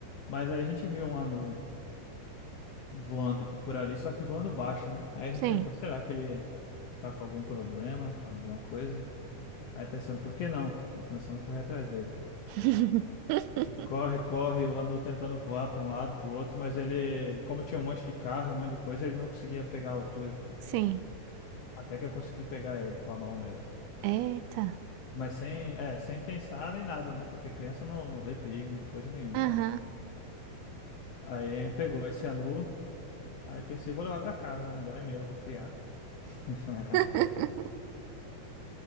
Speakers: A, on the left; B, on the right.
A: Mas aí a gente viu um anu voando por ali, só que voando baixo, né? Aí a
B: sim,
A: gente pensou, será que ele tá com algum problema, alguma coisa? Aí pensamos, por que não? Aí começamos a correr atrás dele.
B: <laughs>
A: E corre, corre, o anu tentando voar para um lado, para o outro, mas ele, como tinha um monte de carro, e um monte de coisa, ele não conseguia pegar a altura.
B: sim.
A: Até que eu consegui pegar ele com a mão mesmo.
B: Eita.
A: Mas sem, é, sem pensar nem nada, né? Porque criança não, não vê perigo em coisa nenhuma,
B: Aham.
A: né? Aí pegou esse anu, aí pensei, vou levar pra casa, agora é meu, vou criar. <laughs>
B: <laughs>